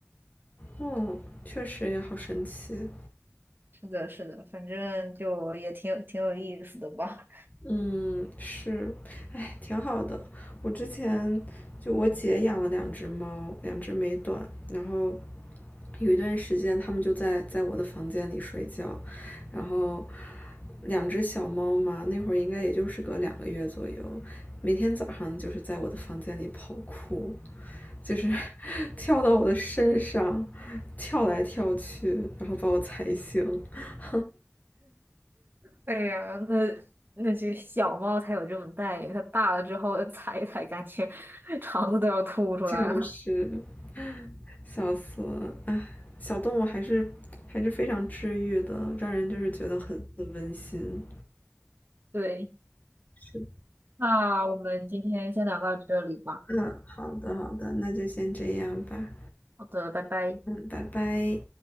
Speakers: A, on the left; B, on the right.
A: 嗯，确实也好神奇。
B: 是的，是的，反正就也挺有挺有意思的吧。
A: 嗯，是，哎，挺好的。我之前就我姐养了两只猫，两只美短，然后有一段时间它们就在在我的房间里睡觉，然后两只小猫嘛，那会儿应该也就是个两个月左右，每天早上就是在我的房间里跑酷，就是 <laughs> 跳到我的身上，跳来跳去，然后把我踩醒，<laughs>
B: 哎呀，那那些小猫才有这种待遇，它大了之后踩一踩，感觉 <laughs> 肠子都要吐出来了。
A: 就是。笑死了！哎，小动物还是还是非常治愈的，让人就是觉得很很温馨。
B: 对，
A: 是，
B: 那我们今天先聊到这里吧。
A: 嗯，好的好的，那就先这样吧。
B: 好的，拜拜。
A: 嗯，拜拜。